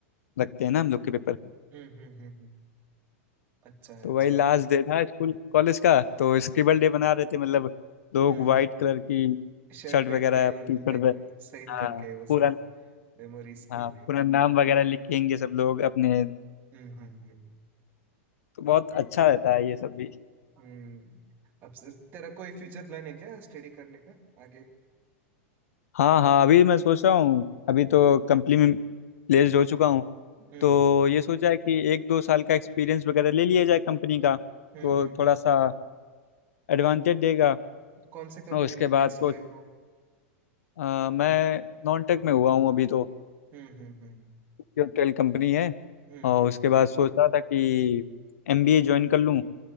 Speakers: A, on the left; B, on the right.
A: रखते हैं ना हम लोग के पेपर
B: हम्म हम्म हम्म हम्म। अच्छा
A: तो
B: अच्छा
A: वही लास्ट डे था स्कूल कॉलेज का तो स्क्रिबल डे बना रहे थे मतलब लोग
B: हम्म
A: वाइट
B: हम्म।
A: कलर की
B: शर्ट
A: शर्ट
B: पहन
A: वगैरह
B: के उन
A: टी शर्ट
B: साइन
A: हाँ
B: करके वो
A: पूरा
B: सब मेमोरीज
A: हाँ
B: के लिए
A: पूरा नाम वगैरह लिखेंगे सब लोग अपने
B: हम्म हम्म हम्म
A: तो बहुत अच्छा रहता है ये सब भी
B: हम्म। अब से- तेरा कोई फ्यूचर प्लान है क्या स्टडी करने का आगे
A: हाँ हाँ अभी मैं सोच रहा हूँ अभी तो कंपनी में प्लेस्ड हो चुका हूँ
B: हम्म
A: तो ये सोचा है कि एक दो साल का एक्सपीरियंस वगैरह ले लिया जाए कंपनी का तो
B: हम्म हम्म
A: थोड़ा
B: हम्म।
A: सा एडवांटेज देगा
B: कौन से कंपनी
A: और उसके
B: में प्लेस
A: बाद कुछ
B: हुए हो
A: अ, मैं नॉन टेक में हुआ हूँ अभी तो
B: हम्म हम्म हम्म
A: टेल कंपनी है
B: हम्म
A: और
B: हम्म।
A: उसके बाद सोच रहा था कि एमबीए ज्वाइन कर लूँ